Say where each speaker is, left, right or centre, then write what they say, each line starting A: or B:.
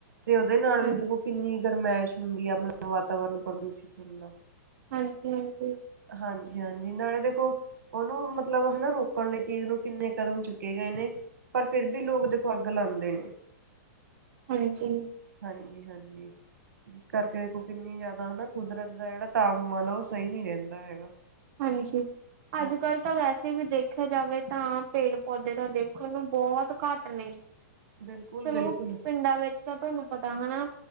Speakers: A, on the right (about 80°); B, on the right (about 40°).
A: ਤੇ ਉਹਦੇ ਨਾਲ
B: ਹਾਂ
A: ਵੀ ਦੇਖੋ ਕਿੰਨੀ ਗਰਮਾਇਸ਼ ਹੁੰਦੀ ਹੈ। ਆਪਣਾ ਵਾਤਾਵਰਨ ਪ੍ਰਦੂਸ਼ਿਤ ਹੁੰਦਾ।
B: ਹਾਂਜੀ-ਹਾਂਜੀ।
A: ਹਾਂਜੀ-ਹਾਂਜੀ। ਨਾਲੇ ਦੇਖੋ ਉਹਨੂੰ ਮਤਲਬ ਹਨਾ ਰੋਕਣ ਲਈ ਚੀਜ਼ ਨੂੰ ਕਿੰਨੇ ਕਦਮ ਚੁੱਕੇ ਗਏ ਇਹਨੇ ਪਰ ਫਿਰ ਵੀ ਲੋਕ ਦਿਖੋ ਅੱਗ ਲਾਉਂਦੇ ਨੇ।
B: ਹਾਂਜੀ।
A: ਹਾਂਜੀ-ਹਾਂਜੀ। ਜਿਸ ਕਰਕੇ ਦੇਖੋ ਕਿੰਨੀ ਜ਼ਿਆਦਾ ਹਨਾ ਕੁਦਰਤ ਦਾ ਜਿਹੜਾ ਤਾਪਮਾਨ ਆ ਉਹ ਸਹੀ ਨਹੀਂ ਰਹਿੰਦਾ ਹੈਗਾ।
B: ਹਾਂਜੀ
A: ਹਾਂ
B: ਅੱਜ ਕੱਲ੍ਹ ਤਾਂ ਵੈਸੇ ਵੀ ਦੇਖਿਆ ਜਾਵੇ ਤਾਂ ਪੇੜ ਪੌਦੇ ਤਾਂ ਦੇਖਣ ਨੂੰ ਬਹੁਤ ਘੱਟ ਨੇ।
A: ਬਿਲਕੁਲ
B: ਚਲੋ
A: ਬਿਲਕੁਲ
B: ਪਿੰਡਾਂ ਵਿੱਚ। ਤਾਂ ਤੁਹਾਨੂੰ ਪਤਾ ਹਨਾ